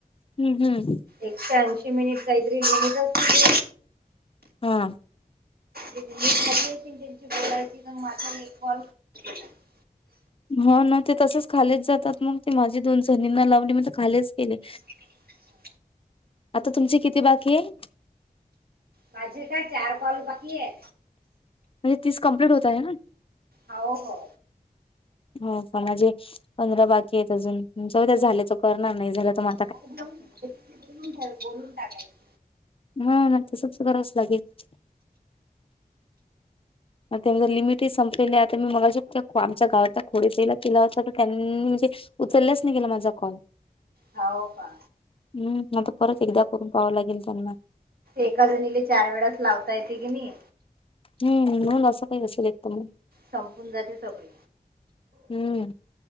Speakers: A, on the left; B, on the right.
A: हम्म हम्म.
B: एकशे ऐंशी मिनिट काहीतरी लिलीत असे.
A: हा.
B: ते खाली आहेत. त्यांची बोलायची तर माझा कॉल. <unintelligible>
A: ह ना ते तसेच खालेच जातात मग ते माझी दोन जणींना लावली मी तर खालेच गेले.
B: <inaudible>
A: आता तुमचे किती बाकी आहे?
B: माझे काय चार कॉल बाकी आहे.
A: म्हणजे तीस कमप्लीट होतय ना.
B: हो हो.
A: हो पण माझे पंधरा बाकी आहेत अजून चौद्या झाले त करणार नाही झाला तर मा.
B: ब बोलून टाकायच. <unintelligible>
A: ह ना तसंच धराच लागेल मग त्यांं लिमिट ह संपलेलं आहे आता मी बगा शक आमच्या गावातल्या खोडेसला केला होता तर त्यांनी म्हणजे. उचलल्याच नाही गेला माझा कॉल.
B: हाव का.
A: हम्म आता परत एकदा करून पाहावं लागेल त्यांना.
B: एका जणीले चार वेळाच लावता येते की नाही.
A: हम्म म्हणून असं काय नसेल एक तर मग.
B: संपून जाते सगळी
A: हम्म